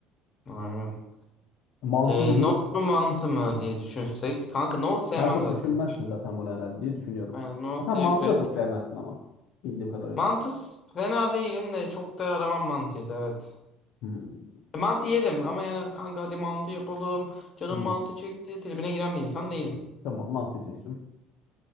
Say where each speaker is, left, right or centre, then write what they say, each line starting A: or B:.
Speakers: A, on the left; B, on the left.
A: Aynen.
B: Mantı
A: Ee,
B: mı?
A: Note mu mantı mı diye düşünsek. Kanka Note sevmem
B: Sen çok
A: zaten.
B: düşünmezsin zaten bunu herhalde diye düşünüyorum.
A: Aynen Note
B: Ha, sen
A: direkt
B: mantı
A: red
B: da çok sevmezsin
A: yani.
B: ama. Bildiğim kadarıyla.
A: Mantı s- fena değilim de çok da aramam mantıyı da evet.
B: Hmm.
A: E, mantı yerim ama yani kanka hadi mantı yapalım. Canım
B: Hmm.
A: mantı çekti. Tribine giren bir insan değilim.
B: Tamam mantıyı seçtim.